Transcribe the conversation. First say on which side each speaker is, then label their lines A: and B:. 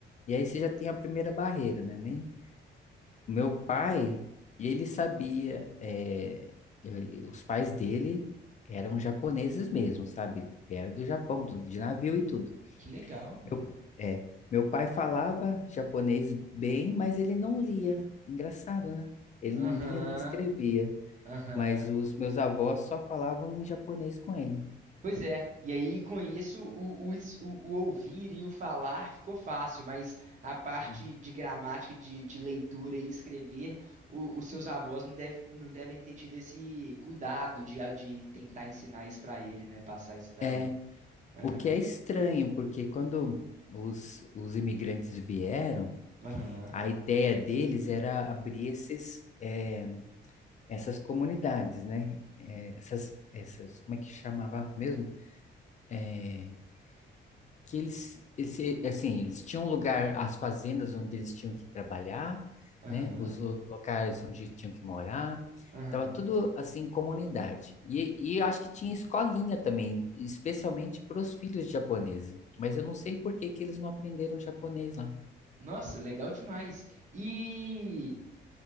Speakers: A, on the left; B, on the right.
A: E aí você já tem a primeira barreira, né? Nem... O meu pai, ele sabia, é, ele- os pais dele eram japoneses mesmo, sabe? Vieram do Japão, do- de navio e tudo.
B: que legal, velho.
A: Meu, é, meu pai falava japonês bem, mas ele não lia. Engraçado, né? Ele
B: Aham,
A: não lia nem escrevia.
B: aham.
A: Mas os meus avós só falavam em japonês com ele.
B: Pois é, e aí com isso o, o, es- o- o ouvir e o falar ficou fácil, mas a parte
A: É,
B: de gramática, de, de leitura e escrever, o- os seus avós não, deve, não devem ter tido esse cuidado de, a- de tentar ensinar isso pra ele, né? Passar isso pra
A: É,
B: ele. Aham,
A: o que é estranho, porque quando os, os imigrantes vieram,
B: aham,
A: a ideia deles era abrir esses, é, essas comunidades, né? É, essas, essas, como é que chamava mesmo? É, que eles, eles, assim, eles tinham um lugar, as fazendas onde eles tinham que trabalhar,
B: aham,
A: né? Os lo- locais onde tinham que morar.
B: aham.
A: Tava tudo assim, em comunidade. E, e eu acho que tinha escolinha também, especialmente para os filhos japoneses. Mas eu não sei por que que eles não aprenderam japonês lá.
B: Nossa, legal demais. E